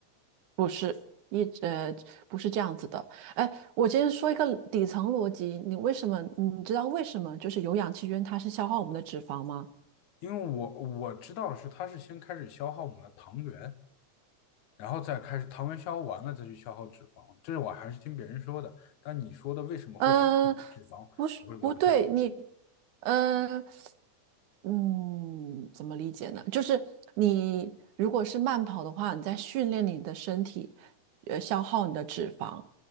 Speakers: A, on the right (about 75°); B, on the left (about 75°).
A: 不是一直呃不是这样子的。哎，我今天说一个底层逻辑，你为什么你知道为什么就是有氧气圈它是消耗我们的脂肪吗？
B: 因为我我知道是它是先开始消耗我们的糖原，然后再开始糖原消耗完了再去消耗脂肪，这是我还是听别人说的。但你说的为什么会消耗脂肪，
A: 嗯，不是，
B: 我不我不太懂
A: 不对，你，嗯嗯，怎么理解呢？就是你如果是慢跑的话，你在训练你的身体，呃，消耗你的脂肪。